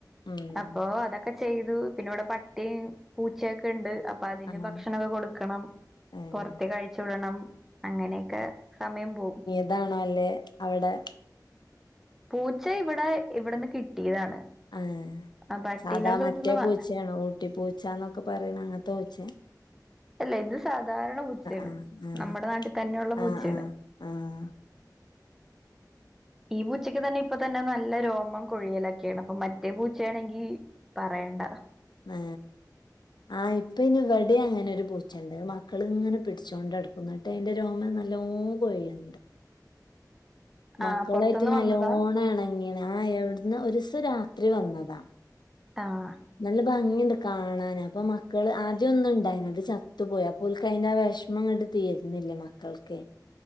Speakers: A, on the left; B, in the centre.
A: ഉം
B: അപ്പൊ അതൊക്കെ ഒക്കെ ചെയ്തു പിന്നെ ഇവിടെ പട്ടിയും പൂച്ചയൊക്കെയുണ്ട് അപ്പൊ അതിന്
A: ആഹ്
B: ഭക്ഷണവൊക്കെ കൊടുക്കണം
A: ഏഹ്
B: പുറത്തേക്ക് അഴിച്ച് വിടണം അങ്ങനെയൊക്കെ സമയം പോവും
A: അതാണല്ലേ അവിടെ
B: പൂച്ച ഇവിടെ ഇവിടെന്ന് കിട്ടിയതാണ്
A: ആഹ്
B: ആ പട്ടീനെ
A: സാധാ
B: ഒരു സ്ഥലത്തുന്ന്
A: മറ്റേ
B: വാ
A: പൂച്ചയാണോ ഊട്ടിപ്പൂച്ച എന്നൊക്കെ പറയണ അങ്ങനത്തെ പൂച്ചയാ
B: അല്ല ഇത് സാധാരണ പൂച്ചയാണ്
A: ആഹ് ആഹ്
B: നമ്മുടെ നാട്ടിൽ തന്നെയുള്ള പൂച്ചയാണ്
A: ആഹ് ആഹ് ആഹ്
B: ഈ പൂച്ചയ്ക്ക് തന്നെ ഇപ്പൊത്തന്നെ നല്ല രോമം കൊഴിയലൊക്കെയാണ് അപ്പൊ മ റ്റേ പൂച്ചയാണെങ്കി പറയണ്ട
A: ഏ ആ ഇപ്പൊ ഇനി ഇവിടെയും അങ്ങനെ ഒരു പൂച്ചയൊണ്ട് മക്കളിങ്ങനെ പിടിച്ചോണ്ട് നട ക്കും എന്നിട്ട് അതിന്റെ രോമം നല്ലോ കൊഴിയുന്നുണ്ട് മക്കളായിട്ട്
B: ആ പൊറത്തുന്ന്
A: നല്ലോണം
B: വന്നതാ
A: എണങ്ങീന്ന് ആ എവിടുന്ന് ഒരു ദിവസം രാത്രി വന്നതാ
B: ആഹ്
A: നല്ല ഭംഗിയുണ്ട് കാണാന് അപ്പൊ മക്കള് ആദ്യം ഒന്ന് ഉണ്ടായിന് അത് ചത്തു പോയി അപ്പോ ഓൽക്ക് അതിന്റെ ആ വിഷമം അങ്ങട്ട് തീർന്നില്ലേ മക്കൾക്കെ